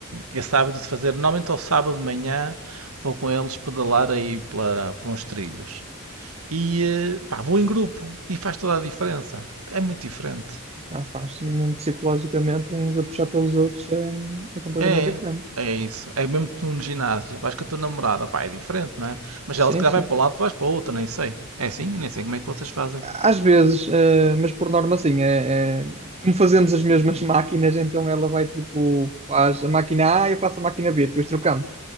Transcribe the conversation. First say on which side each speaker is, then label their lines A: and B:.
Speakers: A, on the right; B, on the right.
A: esse hábito de fazer. Normalmente ao sábado de manhã vou com eles pedalar aí pela, por uns trilhos. E eh, pá, vou em grupo e faz toda a diferença. É muito diferente.
B: Ah, faz mesmo psicologicamente uns a puxar pelos outros é, é completamente
A: É,
B: diferente.
A: é isso. É mesmo que tu no ginásio. Vais com a tua namorada, pá, é diferente, não é? Mas
B: Sim,
A: ela se calhar
B: sim.
A: vai para um lado, tu vais para o outro, nem sei. É assim? Nem sei como é que vocês fazem.
B: Às vezes, eh, mas por norma assim, é, é- como fazemos as mesmas máquinas, então ela vai tipo, faz a máquina A e eu faço a máquina B, depois trocamos.